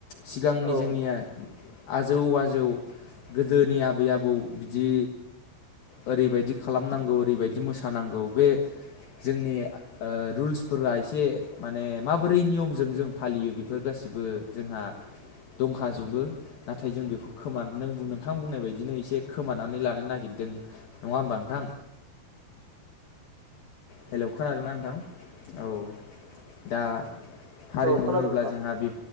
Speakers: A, on the left; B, on the right.
A: सिगांनि
B: औ
A: जोंनिया
B: नोंथां
A: आजौ आजौ गोदोनि आबै आबौ बिदि ओरैबायदि खालामनांगौ ओरैबायदि मोसानांगौ बे जोंनि ओ रुल्सफोरा एसे माने माबोरै नियमजों जों फालियो बेफोर गासै- बो जोंहा दंखाजोबो नाथाय जों बेखौ खोमा नों नोंथां बुंनाय बायदिनो एसे खोमानानै लानो नागिरदों नङा होमबा नोंथां हेलौ खोनादोंना नोंथां औ दा हारिमु
B: औ खोनादों
A: होनोब्ला
B: नोंथां
A: जोंहा बे